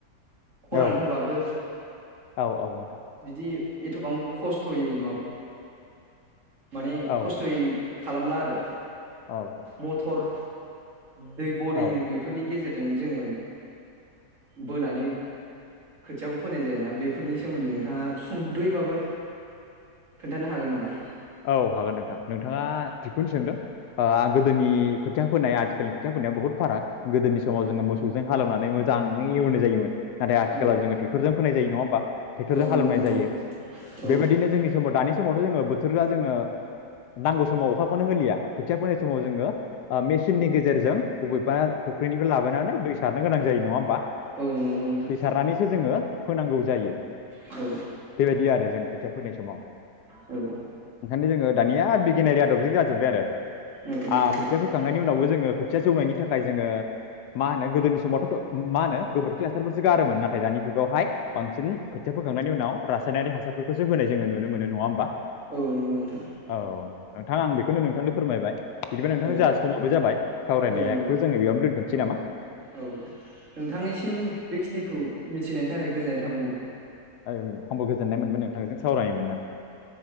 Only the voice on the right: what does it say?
खरान
होबाबो
बिदि एथ'बां खस्थ'यै माबा माने
खस्थ'यै खालामला आरो
मथर दै बरिं
बेफोरनि गेजेर जों जोङो बोनानै खोथियाखौ फोनाय जायोना बेफोरनि सोमोन्दै नोंथाङा सुंद'यैबाबो खोन्थानो हागोन नामा
औ
औ
नंगौ
औ
औ नंगौ नोंथां
औ
औ
औ ओ
नंगौ नोंथां
औ नंगौ नोंथां
औ
औ नोंथां
औ नोंथांनिसिम बेखिनिखौ मि थिनायनि थाखाय गोजोननाय थाबाय नोंथां ।